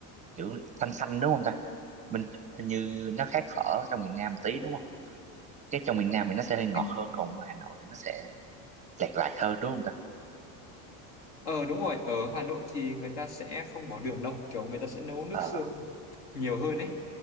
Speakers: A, on the right (about 20°); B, on the left (about 65°).
A: kiểu xanh xanh đúng không ta mình hình như nó khác phở trong miền Nam tí đúng không cái trong miền Nam thì nó sẽ hơi ngọt
B: Anh-
A: hơn còn ngoài Hà Nội thì nó sẽ chạt lạt hơn đúng không ta
B: Ờ đúng rồi, ở Hà Nội thì người ta sẽ không bỏ đường đâu. Kiểu người ta sẽ nấu nước
A: ờ
B: xương nhiều hơn ấy.